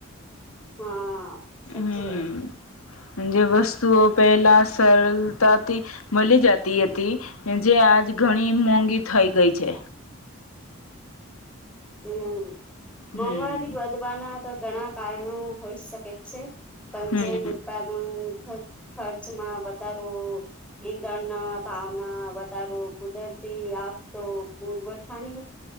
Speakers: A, in the centre; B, on the left.
A: હા સાચું
B: હમ્મ
A: કહ્યું
B: જે વસ્તુઓ પહેલા સરળતાથી મળી જતી હતી જે આજ ઘણી મોંઘી થઈ ગઈ છે
A: હમ્મ
B: હમ
A: મોંઘવારી વધવાના તો ઘણા કારણો હોઈ શકે છે પણ
B: હમ
A: જે ઉત્પાદનુ ખર્ચ ખર્ચમાં વધારો ઈંધણ ના ભાવના વધારો કુદર ટી આપતો પૂરવઠા ની